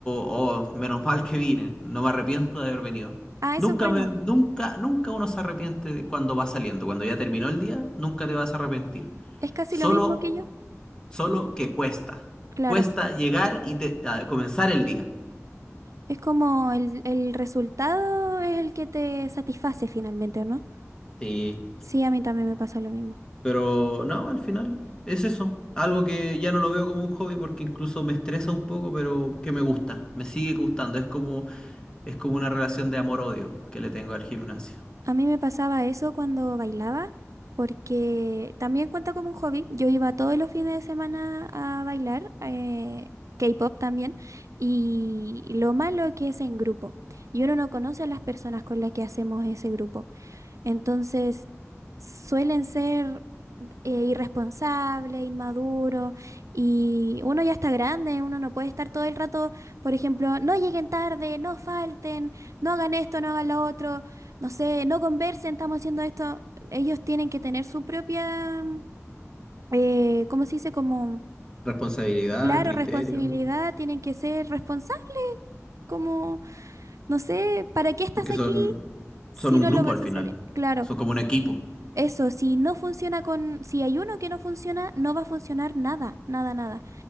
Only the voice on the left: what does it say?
oh, menos <laughs> mal que vine, no me arrepiento de haber venido.
Nunca
me, nunca, nunca uno se arrepiente de cuando va saliendo. Cuando ya terminó el día, nunca te vas a arrepentir.
Solo,
solo que cuesta.
Cuesta llegar y te- a comenzar el día.
Sí,
Pero no, al final es eso. Algo que ya no lo veo como un hobby porque incluso me estresa un poco, pero que me gusta, me sigue gustando. Es como, es como una relación de amor-odio que le tengo al gimnasio.
Responsabilidad,
criterio,
porque
son,
son un
grupo
al final.
Son como un equipo.